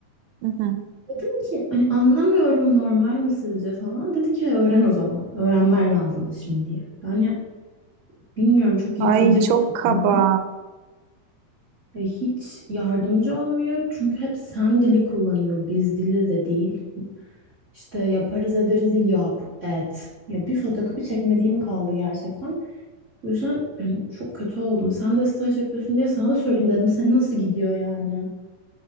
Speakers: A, on the right (about 80°); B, on the right (about 35°).
A: hı hı.
B: Dedim ki hani anlamıyorum normal mi sizce falan. Dedi ki öğren o zaman. Öğrenmen lazımdı şimdiye. Yani bilmiyorum çok
A: Ay
B: yıkıcı
A: çok
B: bir
A: kaba.
B: adam. Ve hiç yardımcı olmuyor. Çünkü hep sen dili kullanıyor. Biz dili de değil. İşte yaparız ederiz değil yap et. Ya bir fotokopi çekmediğim kaldı gerçekten. O yüzden ben çok kötü oldum. Sen de staj yapıyorsun diye sana da sorayım dedim. Senin nasıl gidiyor yani?